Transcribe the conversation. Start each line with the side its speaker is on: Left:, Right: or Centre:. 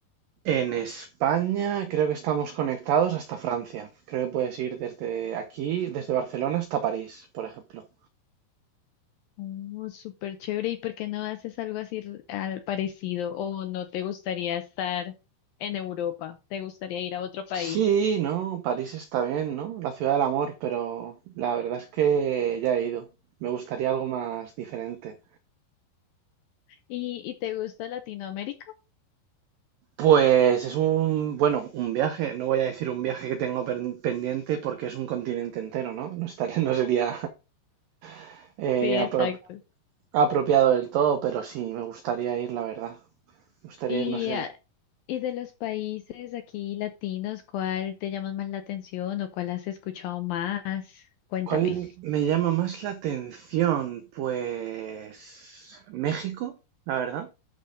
Right: En España creo que estamos conectados hasta Francia. Creo que puedes ir desde aquí, desde Barcelona hasta París, por ejemplo.
Left: Oh, súper chévere. ¿Y por qué no haces algo así r- al parecido? ¿O no te gustaría estar en Europa? ¿Te gustaría ir a otro país?
Right: Sí, no, París está bien, ¿no? La ciudad del amor, pero la verdad es que ya he ido. Me gustaría algo más diferente.
Left: ¿Y, y te gusta Latinoamérica?
Right: Pues es un, bueno, un viaje, no voy a decir un viaje que tengo pen- pendiente porque es un continente entero, ¿no? No estaría, no sería <laughs> eh,
Left: Sí, exacto.
Right: apro. apropiado del todo, pero sí, me gustaría ir, la verdad. Me gustaría
Left: Y,
Right: ir, no sé.
Left: ah, y de los países aquí latinos, ¿cuál te llama más la atención o cuál has escuchado más? Cuéntame.
Right: ¿Cuál me llama más la atención? Pues México, la verdad.